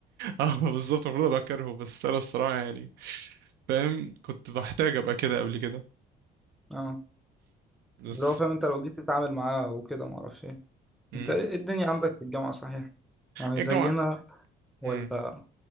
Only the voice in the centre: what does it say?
اه
اللي هو فاهم انت لو جيت تتعامل معاه وكده ما اعرفش ايه
انت ايه إيه الدنيا عندك في الجامعة صحيح يعني
زينا
ولا